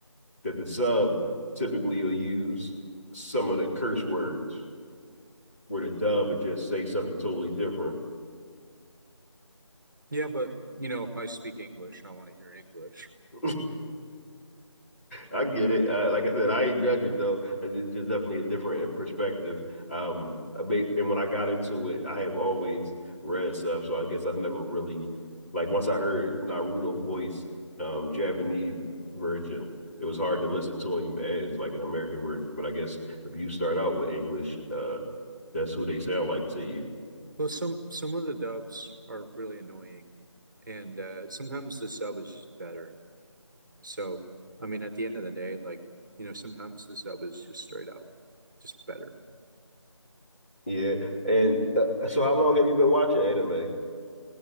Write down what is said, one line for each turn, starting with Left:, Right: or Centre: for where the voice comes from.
Left: that the sub typically will use some of the curse words where the dub would just say something totally different
Right: Yeah, but you know, if I speak English, I want to hear English.
Left: <laughs> I get it. Uh, like I said, I ain't judging though. It's just definitely a different uh, perspective. Um, I made, and when I got into it, I have always read stuff, so I guess I never really like once I heard Naruto voice, um, Japanese version. It was hard to listen to him as like an American version, but I guess if you start out with English, uh, that's who they sound like to you.
Right: Well, some some of the dubs are really annoying, and uh, sometimes the sub is just better. So, I mean, at the end of the day, like you know, sometimes the sub is just straight out just better.
Left: Yeah. And uh, so, how long have you been watching anime?